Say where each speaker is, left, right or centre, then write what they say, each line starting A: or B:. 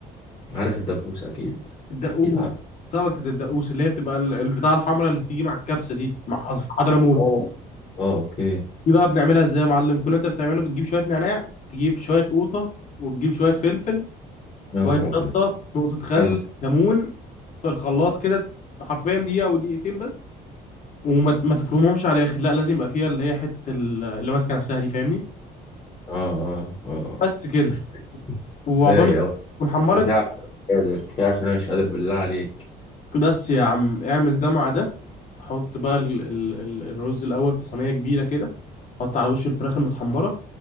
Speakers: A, on the left (about 30°); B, on the left (about 50°).
A: عارف الدبوس اكيد
B: الدقوس
A: اكيد عارف
B: سلطه الدقوس اللي هي بتبقى ال- البتاع الحمراء اللي بتيجي مع الكبسه دي مع حض- في حضرموت
A: اه آه، اوكي
B: دي بقى بنعملها ازاي يا معلم كل اللي انت بتعمله بتجيب شويه نعناع تجيب شويه قوطه وتجيب شويه فلفل
A: يا
B: شويه
A: نهار أبيض
B: شطه نقطه خل
A: كمل
B: ليمون في الخلاط كده حرفيا دقيقه او دقيقتين بس وما ما تفرمهمش على الاخر لا لازم يبقى فيها اللي هي حته ال- اللي ماسكه نفسها دي فاهمني
A: آه آه آه
B: بس كده
A: كف-
B: وعقبال
A: كفاية
B: ما
A: أوي
B: تكون حمرت
A: كفاية عشان أنا مش قادر كفاية عشان أنا مش قادر بالله عليك
B: بس يا عم اعمل ده مع ده حط بقى ال ال ال الرز الاول في صينيه كبيره كده حط على وش الفراخ المتحمره